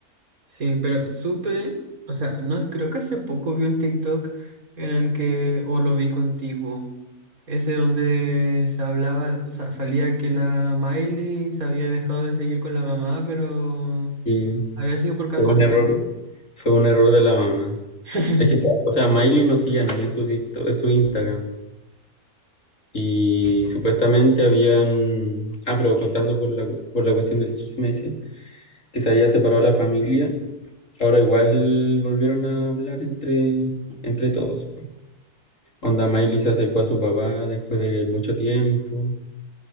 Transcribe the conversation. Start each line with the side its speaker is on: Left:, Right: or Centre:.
Right: Sí, pero supe, o sea, no creo que hace poco vi un TikTok en el que, o lo vi contigo, ese donde se hablaba, o sea, salía que la Miley se había dejado de seguir con la mamá, pero
Left: Y
Right: había sido por casualidad,
Left: fue un error,
Right: ¿no?
Left: fue un error de la mamá.
Right: <laughs>
Left: Es que, o sea, Miley no sigue a nadie en su TikTok- en su Instagram. Y supuestamente habían, ah, pero contando por la, por la cuestión del chisme ese, que se había separado la familia, ahora igual volvieron a hablar entre, entre todos. Onda Miley se acercó a su papá después de mucho tiempo.